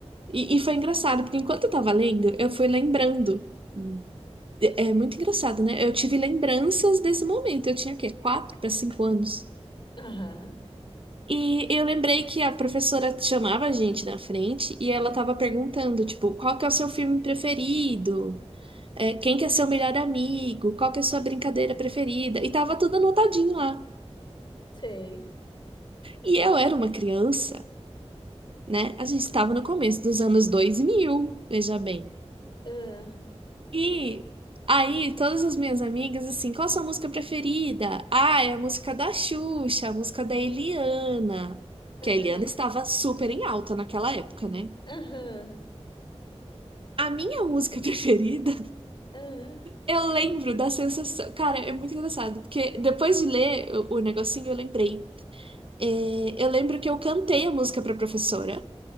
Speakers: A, on the right; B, on the left.
A: E, e foi engraçado, porque enquanto eu tava lendo, eu fui lembrando. É é muito engraçado, né? Eu tive lembranças desse momento. Eu tinha o quê? Quatro para cinco anos.
B: aham,
A: E eu lembrei que a professora chamava a gente na frente e ela tava perguntando, tipo, qual que é o seu filme preferido? É, quem que é seu melhor amigo? Qual que é a sua brincadeira preferida? E tava tudo anotadinho lá.
B: sei.
A: E eu era uma criança, né? A gente estava no começo dos anos dois mil veja bem.
B: Ah,
A: E aí, todas as minhas amigas, assim, qual a sua música preferida? Ah, é a música da Xuxa, a música da Eliana.
B: ah,
A: Que a Eliana estava super em alta naquela época, né?
B: aham,
A: A minha música <laughs> preferida,
B: ah,
A: eu lembro da sensação. Cara, é muito engraçado, porque depois de ler o, o negocinho, eu lembrei. É, eu lembro que eu cantei a música pra professora,